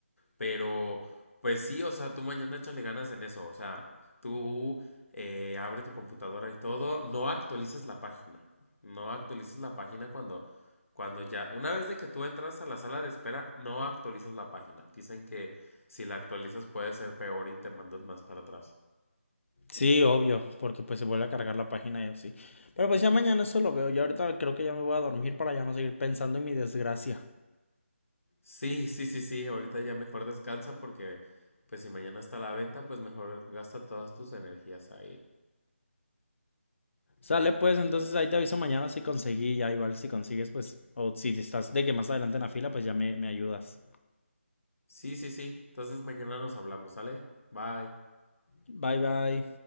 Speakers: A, on the left; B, on the left.
A: Pero, pues sí, o sea, tú mañana échale ganas en eso. O sea, tú eh, abre tu computadora y todo. No actualizas la página. No actualizas la página cuando, cuando ya. Una vez de que tú entras a la sala de espera, no actualizas la página. Dicen que si la actualizas puede ser peor y te mandan más para atrás.
B: Sí, obvio, porque pues se vuelve a cargar la página y así. Pero pues ya mañana eso lo veo. Yo ahorita creo que ya me voy a dormir para ya no seguir pensando en mi desgracia.
A: Sí, sí, sí, sí. Ahorita ya mejor descansa porque, pues si mañana está la venta, pues mejor gasta todas tus energías ahí.
B: Sale pues, entonces ahí te aviso mañana si conseguí, ya igual si consigues pues, o si estás de que más adelante en la fila, pues ya me, me ayudas.
A: Sí, sí, sí. Entonces mañana nos hablamos, ¿sale? Bye.
B: Bye bye.